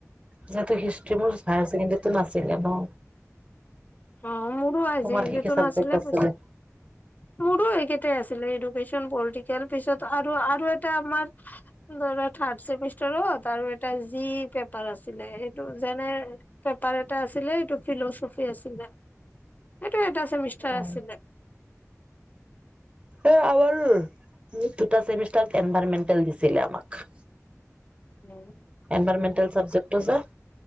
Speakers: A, on the right; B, on the left.
A: যিহেতু হিষ্ট মোৰ হায়াৰ ছেকেণ্ডৰীতটো নাছিলে ন
B: অ মোৰো আহিছে
A: তোমাৰ কি
B: সতো
A: কি চাবজেক্ট
B: নাছিলে
A: আছিলে
B: ব মোৰো সেইকেইটাই আছিলে এইটো ভ পলিটিকেল পিছত আৰু আৰু এটা আমাৰ ধৰা থাৰ্ড চেমিষ্টাৰত আৰু এটা জি পেপাৰ আছিলে সটো যেনে পেপাৰ এটা আছিলে এইটো ফিলচফি আছিলে এইটো এটা চেমিষ্টাৰ
A: অ
B: আছিলে।
A: এই আাৰ দুটামষ্টাৰ এনভেন্ দিছিলে আমাক
B: উম
A: এনভাইৰমেণ্টেল চাবজেকটছ